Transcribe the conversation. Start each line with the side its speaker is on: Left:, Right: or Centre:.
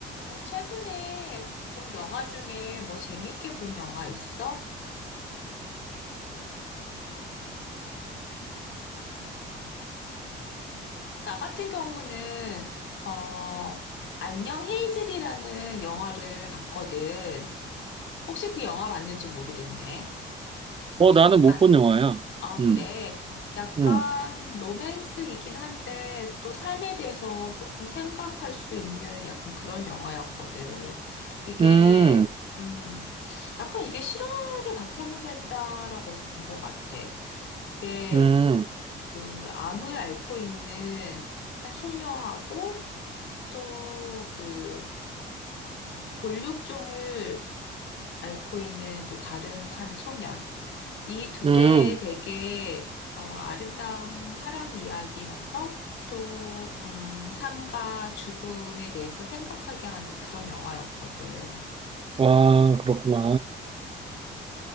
Left: 넌 최근에 본 영화 중에 뭐 재밌게 본 영화 있어? 나 같은 경우는, 어, 안녕 헤이즐이라는 영화를 봤거든. 혹시 그 영화 봤는지 모르겠네.
Right: 어, 나는
Left: 약간,
Right: 못 본 영화야.
Left: 아,
Right: 음,
Left: 그래. 약간
Right: 음,
Left: 로맨스이긴 한데 또 삶에 대해서 조금 생각할 수 있는 약간 그런 영화였거든. 이게,
Right: 음,
Left: 음, 약간 이게 실화를 바탕으로 했다라고 해서 본 것 같아. 이게
Right: 음,
Left: 그 암을 앓고 있는 한 소녀하고 또 그 골육종을 앓고 있는 또 다른 한 소년. 이 둘의
Right: 음.
Left: 되게 어, 아름다운 사랑 이야기면서 또, 음, 삶과 죽음에 대해서 생각하게 하는 그런 영화였거든.
Right: 와, 그렇구나.